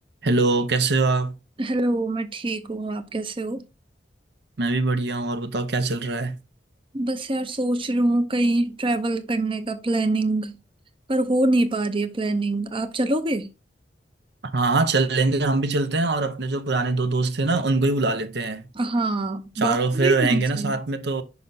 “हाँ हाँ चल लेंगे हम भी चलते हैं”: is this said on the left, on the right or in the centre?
Right